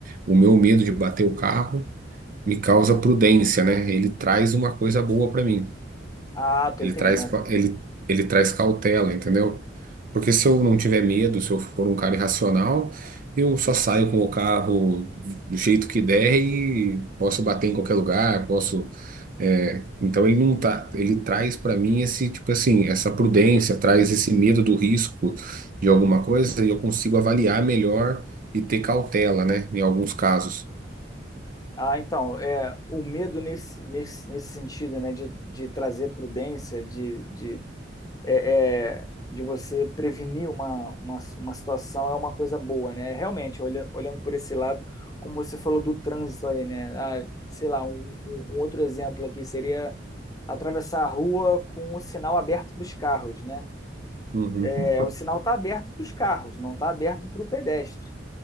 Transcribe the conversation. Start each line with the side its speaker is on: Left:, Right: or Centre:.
Right: o meu medo de bater o carro me causa prudência, né? Ele traz uma coisa boa pra mim.
Left: Ah, tô
Right: Ele
Left: entendendo.
Right: traz, pa- ele, ele traz cautela, entendeu? Porque se eu não tiver medo, se eu for um cara irracional, eu só saio com o carro do jeito que der e posso bater em qualquer lugar, posso. é, então ele não tá, ele traz para mim esse tipo assim, essa prudência, traz esse medo do risco de alguma coisa e eu consigo avaliar melhor e ter cautela, né? Em alguns casos.
Left: Ah, então, é, o medo nesse, nesse, nesse sentido, né, de, de trazer prudência, de, de, é, é, de você prevenir uma, uma, uma situação é uma coisa boa, né? Realmente, olhando, olhando por esse lado, como você falou do trânsito aí, né? Ah, sei lá, um, um um outro exemplo aqui seria atravessar a rua com o sinal aberto para os carros, né?
Right: Uhum.
Left: É, o sinal está aberto para os carros, não está aberto para o pedestre.